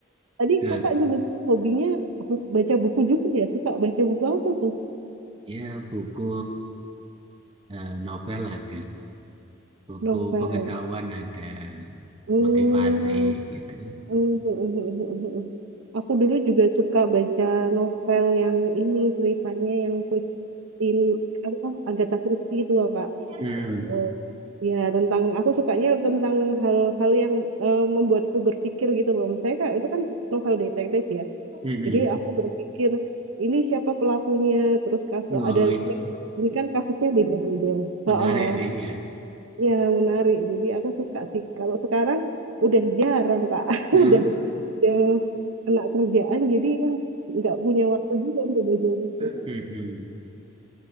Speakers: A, on the right; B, on the right.
A: Tadi
B: betul.
A: Kakak nyebutnya hobinya hu- baca buku juga ya. Suka baca buku apa tuh?
B: Ya, buku eh, novel ada, buku
A: Novel.
B: pengetahuan ada,
A: Hmm.
B: motivasi gitu.
A: <laughs> Aku dulu juga suka baca novel yang ini ceritanya yang punya in apa Agatha Christie gitu loh Kak.
B: Hmm.
A: Eh, ya tentang aku sukanya tentang hal-hal yang eh, membuatku berpikir gitu loh. Misalnya Kak, itu kan novel detektif ya.
B: Mm-mm.
A: Jadi aku berpikir ini siapa pelakunya, terus kasus
B: Oh,
A: ada
B: iya.
A: si-" ini kan kasusnya beda-beda.
B: Menarik
A: Oh, oh.
B: sih ya.
A: ya menarik. Jadi aku suka sih. Kalau sekarang udah jarang Kak. <laughs>
B: Ya,
A: Udah udah kena kerjaan jadi ah, nggak punya waktu juga untuk belajar buku
B: mm-mm.